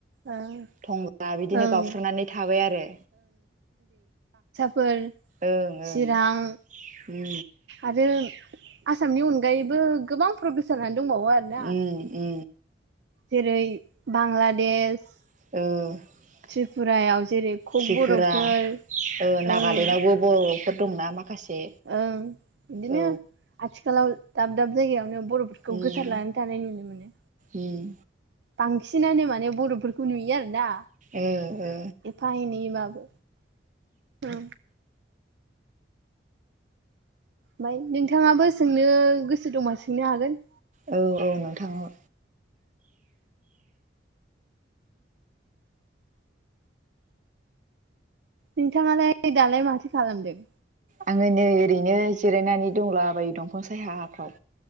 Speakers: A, on the right (about 65°); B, on the right (about 40°).
A: ओं
B: थंला बिदिनो
A: ओं
B: गावस्रानानै थाबाय आरो
A: फोर
B: ओं ओं
A: चिरां
B: उम
A: आरो आसामनि उन गायैबो गोबां फोराव गोसारनानै दंबावो आरोना
B: उ उ
A: जेरै बांलादेश
B: औ
A: त्रिपुरायाव जेरै कक
B: त्रिपुरा
A: बर'फोर
B: ओ नागालेण्डआवबो
A: ओं
B: बर'फोर दंना माखासे
A: ओं बिदिनो
B: औ
A: आथिखालाव दाब दाब जायगायावनो बर'फोरखौ
B: उम
A: गोसार लानानै थानाय नुनो मोनो।
B: उम
A: बांसिनानो माने बर'फोरखौ नुयो आरोना
B: ओ ओ
A: एफा एनै बाब औ ओमफाय नोंथांङाबो सोंनो गोसो दं सोंनो हागोन
B: औ औ नोंथां औ
A: नोंथांङालाय दालाय माथो खालामदों?
B: आंङो नै ओरैनो जिरायनानै दंला बायो दंफां सायाफ्राव।